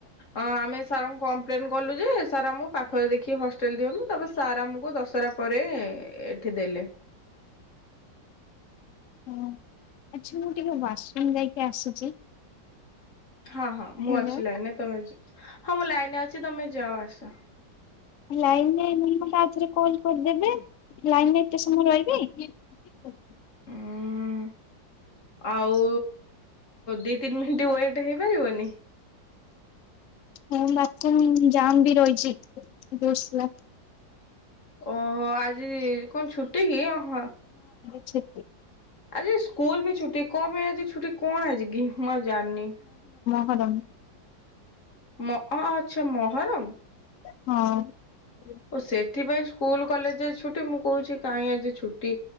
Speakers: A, on the left; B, on the left.
A: ଅ ଆମେ ସାରଙ୍କୁ କମ୍ପ୍ଲେନ୍ କଲୁ ଯେ ସାର୍ ଆମୁକୁ ପାଖରେ ଦେଖି ହଷ୍ଟେଲ୍ ଦିଅନ୍ତୁ। ତାପରେ ସାର୍ ଆମୁକୁ ଦ ଶରା ପରେ ଏଠି ଦେଲେ।
B: ହଁ ଆଚ୍ଛା ମୁଁ ଟିକେ ୱାସରୁମ ଯାଇକି ଆସୁଛି।
A: ହଁ ହଁ ମୁଁ
B: ହ୍ୟାଲୋ
A: ଅଛି ଲାଇନରେ ତମେ ଯ। ହଁ ମୁଁ ଲାଇନରେ ଅଛି ତମେ ଯାଅ ଆସ।
B: ଲାଇନରେ ନ <unintelligible> ଆଉ ଥରେ କଲ କରିଦେବେ। ଲାଇନରେ ଏତେ ସମୟ ରହିବେ? ଓ
A: ହୁଁ ଆଉ ଦି ତିନି ମିନିଟ୍ ହୁଏ। ହେଇପାରିବନି।
B: ହଁ <unintelligible> ଜାମ୍ ବି ରହିଚି <unintelligible>
A: ଓହୋ ଆଜି କଣ ଛୁଟି କି? ଓହ
B: ଛ
A: ଆଜି ସ୍କୁଲ୍ ବି ଛୁଟି କଣ ପାଇଁ ଆଜି ଛୁଟି କଣ ଆଜି କି?
B: <unintelligible>
A: ମ ଆ ଆଚ୍ଛା ମହର
B: ହଁ।
A: ଓ ସେଥିପାଇଁ ସ୍କୁଲ କଲେଜ ଛୁଟି, ମୁଁ କୋହୁଚି କାହିଁ ଆଜି ଛୁଟି